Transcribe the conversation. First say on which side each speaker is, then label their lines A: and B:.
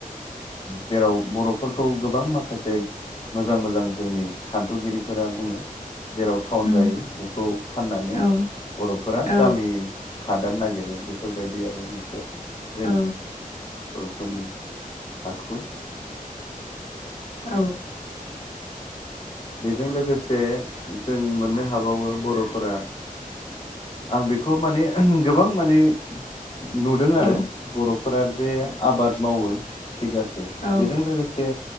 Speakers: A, on the left; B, on the left.
A: जेराव बर'फोरखौ गोबां माखासे मोजां मोजां जोंनि सान्थौगिरिफोरा बुङो जेराव टाउन
B: उम
A: जायो बेखौ फाननानै
B: औ
A: बर'फोरा
B: औ
A: गामि हादान नागिरो बेफोरबायदियाबो मोनसे जोंनि
B: औ
A: बर'फोरनि आखु
B: औ
A: बेजों लोगोसे जों मोननो हाबावो बर'फोरा आं बेखौ माने गोबां माने नुदों आरो
B: औ
A: बर'फोरा जे आबाद मावो थिगासे
B: औ
A: बेजों लोगोसे